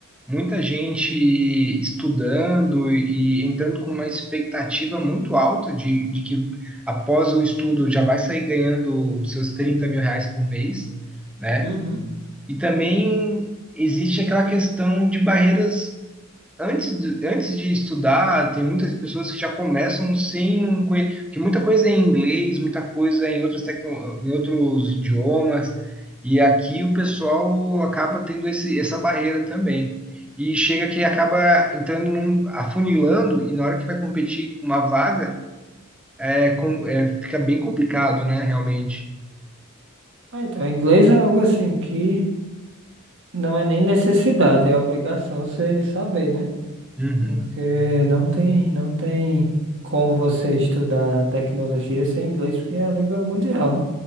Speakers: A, in the centre; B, on the right.
A: muita gente estudando e entrando com uma expectativa muito alta de, de que após o estudo já vai sair ganhando seus 30 mil reais por mês, né?
B: Uhum.
A: E também existe aquela questão de barreiras Antes de, antes de estudar, tem muitas pessoas que já começam sem um conhe- que muita coisa é em inglês, muita coisa é em outras tecno, em outros idiomas, e aqui o pessoal acaba tendo esse, essa barreira também. E chega que acaba entrando num, afunilando, e na hora que vai competir com uma vaga, é, com, é, fica bem complicado, né, realmente.
B: Ah, Então, inglês é algo assim que não é nem necessidade, é obrigação você saber, né?
A: Uhum.
B: Porque não tem, não tem como você estudar tecnologia sem inglês, porque é a língua mundial, né?